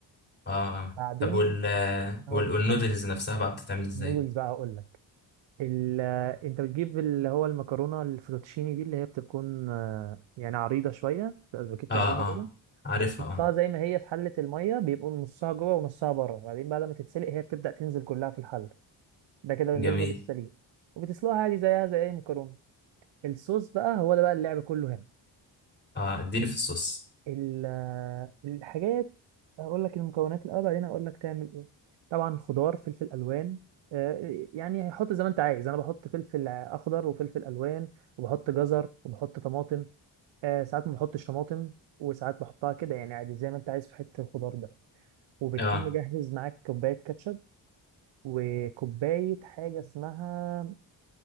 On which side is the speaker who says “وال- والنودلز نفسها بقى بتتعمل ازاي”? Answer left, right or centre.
Left